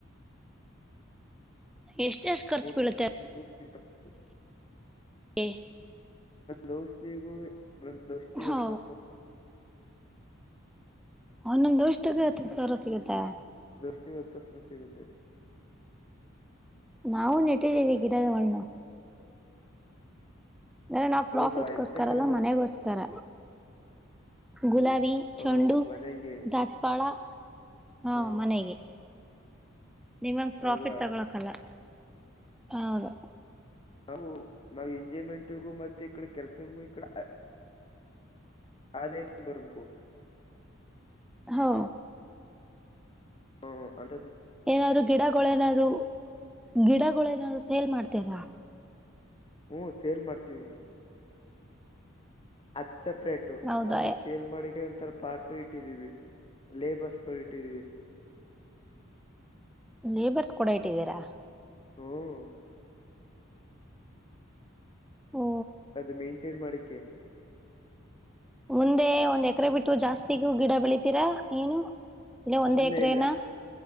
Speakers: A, in the centre; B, on the left.
A: ಎಷ್ಟ ಎಷ್ಟ್ ಖರ್ಚು
B: ಮೂರು
A: ಬೀಳುತ್ತೆ
B: ಕ
A: ಹೆ
B: ದೌಸ್ಿಗ ಬೃಂದ ದೌಷ್ಟಿ
A: ಹಾ
B: ಗತ್ತ ಸೊ
A: ಒ ನಂದ್ ದೋಷ ತಗತ್ತ ಸರ ಸಿಗತ್ತಾ
B: ಚ ಒತ್ತಸರು ಸಿಗುತ್ತ
A: ನಾವು ನೆಟ್ಟಿದ್ದೀವಿ ಗಿಡದ ಒನ ಅ್ರ ನಾವ್
B: ಹೌದಾ
A: ಪ್ರಾಫಿಟ್ಗೋಸ್ಕರಲ್ಲಾ
B: ಎಂತ ಗಿಡಗಳು
A: ಮನೆಗೋಸ್ಕರ ಗುಲಾಬಿ ಚೆಂಡು
B: ಓ ಮನೆಗೆ
A: ದಸ್ಫಾಳ ಹಾ
B: ಹ್ಮ್
A: ಮನೆಗೆ ನಿಮಂಗ ಪ್ರಾಫಿಟ್
B: ಹೌದಾ
A: ತಗೊಳಕಲ್ಲ ಹೌದು
B: ನಾವು ನಾವ ಎಂಜಾಯ್ಮೆಂಟಗೂ ಮತ್ತೆ ಈ ಕಡೆ ಕೆಲಸೂ ಈಡೆ ಅದೇನ ಬರ್ಬೇಕು
A: ಹೌ
B: ಹ ಅ
A: ಏನಾದ್ರು ಗಿಡಗಳು ಏನಾದ್ರು ಗಿಡಗಳು ಏನಾದ್ರು ಸೇಲ್ ಮಾಡ್ತೀಾರಾ
B: ಹ್ಮ ಸೇಲ್ ಮಾಡ್ತೀವಿ ಅತ್ ಸಪ್ರೇಟು
A: ಹೌದಾ
B: ಅದು ಸೇಲ್ ಮಾಡಿ ಒಂಥರ ಪಾರ್ಟು ಇಟ್ಟಿದೀವಿ ಲೇಬರ್ಸ್ಗಳು ಇಟ್ಟಿದೀವಿ
A: ಲೇಬರ್ಸ್ ಕೊೂಡ ಇಟ್ಟಿದ್ದೀರಾ
B: ಹ್ಮ್
A: ಓ
B: ಅದು ಮೇಂಟೇನ್ ಮಾಡಕ್ಕೆೆ
A: ಮುಂದೆ ಒಂದ್ ಎಕರೆ ಬಿಟ್ಟು ಜಾಸ್ತಿಗೂ ಗಿಡ ಬೆಳಿತೀರಾ ಏನು ಒಂದೇ
B: ಇಲ್ಲ
A: ಎಕರೆನಾ
B: ಇಲ್ಲ